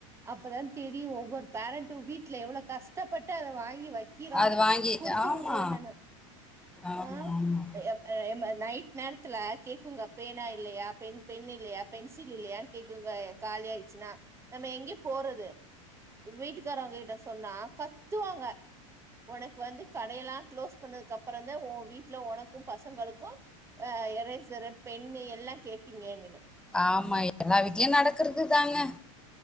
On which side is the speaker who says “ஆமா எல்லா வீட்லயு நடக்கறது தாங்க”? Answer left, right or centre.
Centre